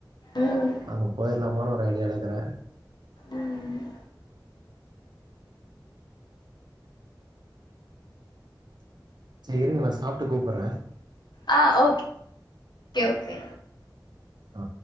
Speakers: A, on the left; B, on the right.
A: ம்
B: அங்க போயிரலாமனு ஒரு ஐடியாலக்குறே
A: ம்
B: சேரி இருங்க நா சாப்ட்டு கூப்றே
A: ஆ ஓக் கே ஓகே
B: ஆ